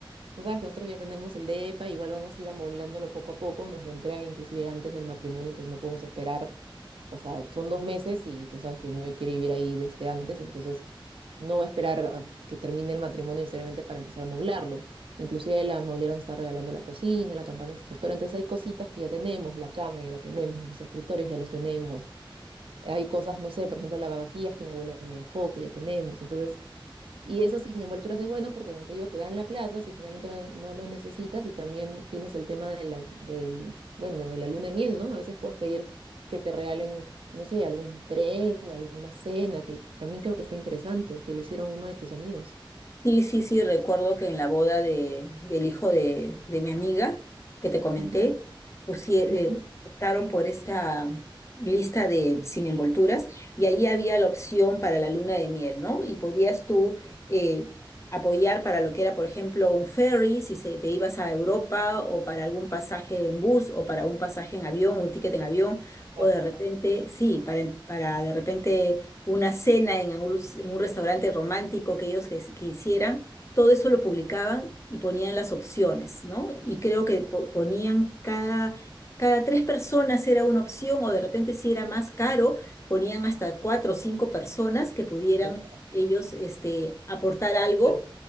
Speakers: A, on the right; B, on the left.
A: tú sabes que nosotros ya tenemos el DEPA, igual vamos a ir amoblándolo poco a poco, nos lo entregan inclusive antes del matrimonio, entonces no podemos esperar, o sea, son dos meses y tú sabes que no quiere vivir ahí desde antes, entonces no va a esperar a que termine el matrimonio necesariamente para empezar a amoblarlo. Inclusive la mobiliaria nos está regalando la cocina, la campana extractora, entonces hay cositas que ya tenemos, la cama ya la tenemos, los escritorios ya los tenemos, eh, hay cosas, no sé, por ejemplo, lavavajillas que mi abuela me dejó, que ya tenemos, entonces... Y eso sin envolturas es bueno porque, como te digo, te dan la plata si finalmente no, no lo necesitas y también tienes el tema de la, del, bueno, de la luna de miel, ¿no? A veces puedes pedir que te regalen, no sé, algún tren, alguna cena, que también creo que está interesante, que lo hicieron uno de tus amigos.
B: Sí, sí, sí, recuerdo que en la boda de, del hijo de, de mi amiga que te comenté,
A: Ujú.
B: pusie-
A: <laughs>
B: eh, optaron por esta lista de sin envolturas y ahí había la opción para la luna de miel, ¿no? Y podías tú eh, apoyar para lo que era, por ejemplo, un ferry, si se, te ibas a Europa o para algún pasaje en bus o para un pasaje en avión, un ticket en avión, o
A: Ah,
B: de repente, sí, para, para de repente una cena en un, en un restaurante romántico que ellos quis- quisieran, todo eso lo publicaban y ponían las opciones, ¿no? Y creo que po- ponían cada, cada tres personas era una opción o de repente si era más caro, ponían hasta cuatro o cinco personas que pudieran
A: Claro, claro,
B: ellos este, aportar algo
A: claro.